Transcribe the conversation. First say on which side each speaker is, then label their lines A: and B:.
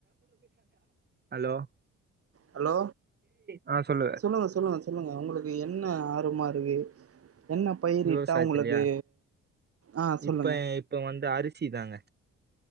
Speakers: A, on the right; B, on the right.
A: ஹலோ
B: ஹலோ
A: ஆ சொல்லு
B: சொல்லுங்க சொல்லுங்க சொல்லுங்க உங்களுக்கு என்ன ஆவமாறு <unintelligible> என்ன பயிரிட்டா
A: விவசாயத்துலயா
B: உங்களுக்கு ஆஹ் சொல்லுங்க
A: இப்ப இப்ப வந்து அரிசி தாங்க